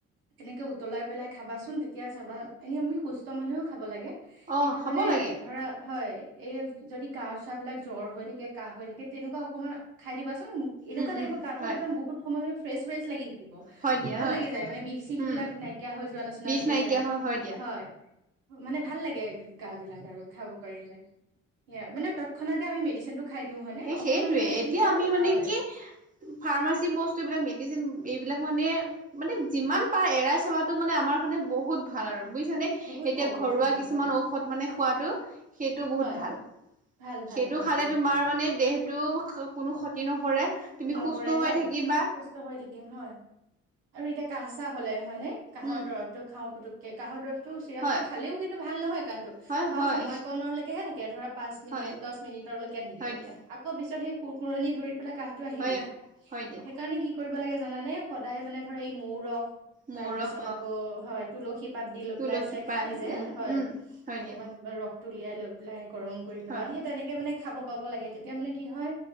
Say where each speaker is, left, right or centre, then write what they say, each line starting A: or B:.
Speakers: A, on the right; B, on the right.
A: তেনেকে উতলাই পেলাই খাবাচোন তেতিয়া চাবা এনে আমি সুস্থ মানুহেও খাব লাগে।
B: অ
A: কিন্তু
B: খাব
A: মানে
B: লাগে
A: ধৰা হয় এই যদি গা চা বিলাক জ্বৰ হৈ থাকে কাহ হৈ থাকে তেনেকুৱা অকমান খাই দিবা এনেকুৱা
B: উম
A: লাগ
B: উম
A: গাটো
B: হয়
A: একদম বহুত সময় ফ্ৰেচ ফ্ৰেছ লাগি থাকিব
B: হয় দিয়া
A: ভাল
B: হয়
A: লাগি যায় মানে বিষ শিষ
B: উম
A: বিলাক নাইকিয়া হৈ যোৱা নচনা
B: বিষ
A: একে
B: নাইকিয়া
A: যায়
B: হয় হয় দিয়া
A: হয় মানে ভাল লাগে গা বিলাক আৰু খাব পাৰিলে সেয়া মানে তৎক্ষণাতে আমি মেডিচিনটো খাই দিওঁ হয়নে
B: স
A: অকমান
B: সেইটয়ে
A: মানে
B: এতিয়া
A: কি হয়
B: আমি মানে
A: হয়
B: কি ফাৰ্মাচী বস্তু বিলাক মেডিচিন এইবিলাক মানে মানে যিমান পাৰ এৰাই চলাাতটো মানে আমাৰ কাৰানে বহুত ভাল আৰু বুজিছানে এতিয়া
A: বহুত ভাল
B: ঘৰুৱা
A: বহুত ভাল
B: কিছুমান
A: হয়
B: ঔষধ মানে খোৱাতটো সেইটো বহুত
A: হয়
B: ভাল।
A: ভাল ভাল
B: সেইটো
A: ভাল
B: খালে
A: বহুত
B: তোমাৰ
A: ভাল
B: মানে দেহটো কোনো ক্ষতি নকৰে তুমি
A: নকৰে
B: সুস্থ হৈ
A: হয়
B: থাকিবা
A: সুস্থ হৈ থাকিম হয় আৰু এতিয়া কাহ চাহ হলে হয় নে কাঁহৰ
B: উম
A: দৰবটো খাওঁ পুতুকে কাঁহৰ দৰব ত চিৰাপ
B: হয়
A: টো খালিও কিন্তু ভাল নহয় কাহটো
B: হয়
A: খোৱা
B: হয়
A: সময়কণলৈকেহে থাকে ধৰা পাঁচ মিনিট
B: হয়
A: দহ মিনিটলৈকে থাকিব,
B: হয় দিয়া
A: আকৌ পিছত সেই সুৰ সুৰনি ধৰি পেলাই কাঁহ আহিবই
B: হয় হয় দিয়া
A: সেইকাৰণে কি কৰিব লাগে জানানে সদায় মানে ধৰা এই মৌ ৰস
B: মৌ
A: তাৰ পিছত
B: ৰস অ
A: আকৌ হয় তুলসী পাত দি লৈ
B: তুলসী
A: পেলাই যে
B: পাত
A: খাই যে
B: উম
A: হয়
B: উম হয়
A: অকমান
B: দিয়া
A: ৰস উুলিয়াই লৈ পেলাই গৰম কৰি পেলাই
B: হয়
A: সিহ তেনেকে মানে খাব পাব লাগে তেতিয়া মানে কি হয়